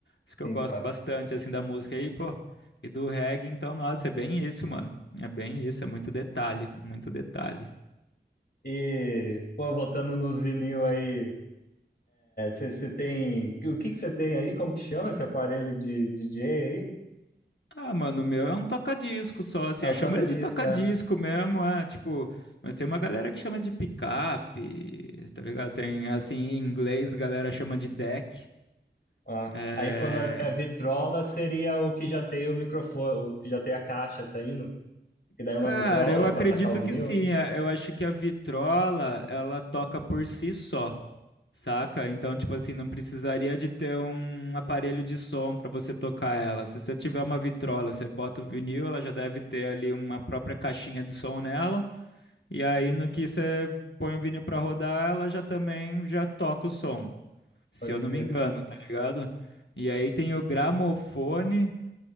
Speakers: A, on the left (about 80°); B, on the left (about 60°).
A: Isso
B: Sim,
A: que eu gosto bastante, assim, da música aí, pô. E do reggae, então, nossa, é bem isso, mano. É bem isso, é muito detalhe, muito detalhe.
B: E, pô, voltando nos vinil aí, você tem. O que que você tem aí? Como que chama esse aparelho de DJ aí?
A: Ah, mano, o meu é um toca-disco só, assim.
B: É o
A: Eu chamo
B: toca-disco,
A: ele de toca-disco
B: é.
A: mesmo, é, tipo. Mas tem uma galera que chama de picape, tá ligado? Tem, assim, em inglês, a galera chama de deck.
B: Ó.
A: É,
B: Aí quando é, é vitrola, seria o que já tem o microfone, o que já tem a caixa saindo, que daí
A: Cara,
B: é uma vitrola
A: eu acredito
B: para atacar o vinil.
A: que sim. é, Eu acho que a vitrola, ela toca por si só, saca? Então, tipo assim, não precisaria de ter um aparelho de som pra você tocar ela. Se você tiver uma vitrola, você bota o vinil, ela já deve ter ali uma própria caixinha de som nela. E aí, no que você põe o vinil pra rodar, ela já também já toca o som, se
B: Pode
A: eu não
B: crer.
A: me engano, tá ligado? E aí tem o gramofone,